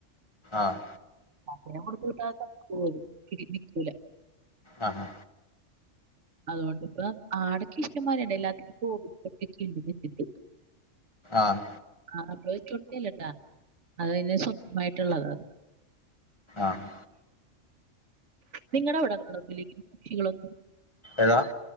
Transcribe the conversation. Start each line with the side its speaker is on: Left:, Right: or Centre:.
Left: ആഹ്.
Right: അങ്ങെ കൊടുത്ത് കിട്ടാത്ത പോത് പിക്നിക്കൂല
Left: ആ ഹാ
Right: അതുകൊണ്ട്പ്പ ആടൊക്കെ ഇഷ്ടന്മാരുണ്ട് എല്ലാത്തിനുംക്കണ്ട്.
Left: ആഹ്.
Right: ആഹ് അപ്പ ചുടുത്തില്ലട്ടാ അത്നെ സ്വന്തമായിട്ടുള്ളതാ അത്.
Left: ആഹ്.
Right: നിങ്ങളുടെ ഇവിടക്കേ <unintelligible>
Left: എതാ